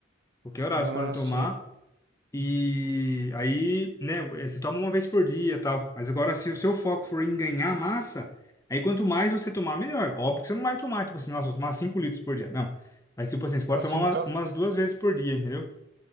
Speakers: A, on the left (about 15°); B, on the right (about 55°).
A: Qualquer horário
B: Ah,
A: você pode tomar.
B: sim.
A: E aí, né, eh, você toma uma vez por dia, e tal. Mas agora, se o seu foco for em ganhar massa, aí quanto mais você tomar, melhor. Óbvio que você não vai tomar, tipo assim, nossa, eu vou tomar 5 litros por dia. Não. Mas, tipo assim, você pode
B: Ah, sim,
A: tomar uma-
B: no caso,
A: umas duas vezes por dia, entendeu?